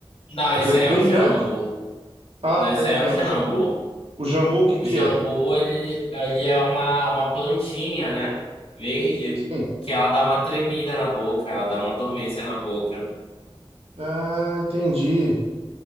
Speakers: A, on the left (about 80°); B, on the right (about 85°).
A: Não,
B: Aquele
A: esse aí
B: bem
A: é o jambo.
B: grande. Ah,
A: Não,
B: tá,
A: esse
B: é
A: aí
B: jambu.
A: é o jambo.
B: Jambu, o jambu o que
A: O
B: que
A: jambu,
B: é?
A: ele, ele é uma, uma plantinha, né? Verde,
B: Sim.
A: que ela dá uma tremida na boca, ela dá uma dormência na boca.
B: Ah, entendi.